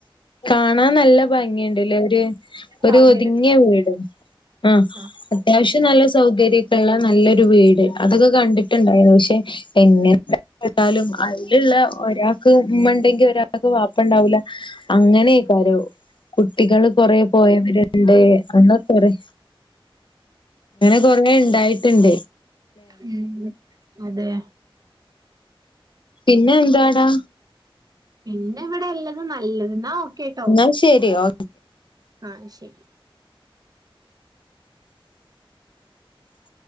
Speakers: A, on the left; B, on the right.
A: കാണാൻ നല്ല ഭംഗിയുണ്ട് ല്ലേ
B: സൗകര്യം
A: ഒരു ഒതുങ്ങിയ വീട് ആഹ
B: ആ,
A: അത്യാവിശം
B: അതെ
A: നല്ല സൗകര്യ ള്ള നല്ലൊരു വീട് അതൊക്കെ കണ്ടിട്ടുണ്ടായിരുന്നു. പക്ഷെ എന്നെ കൊണ്ട് ഏതായാലും അതി ഒരാൾക്ക് ഉമ്മ ഉണ്ടെങ്കിൽ ഒരാൾക്ക് വാപ്പണ്ടാവൂല അങ്ങനെ അഴിക്കാരം കുട്ടികള് കൊറെ പോയവരുണ്ട് ആ കൊറെ അങ്ങനെ കൊറെ ഉണ്ടായിട്ടുണ്ട്
B: ഉം അതെ
A: പിന്നെ എന്താടാ
B: പിന്നെ ഇവിടെല്ലത് നല്ലത് എന്നാ ഓക്കെട്ടോ
A: എന്നാ ശരി ഓ
B: ആഹ ശരി
A: ശ്.......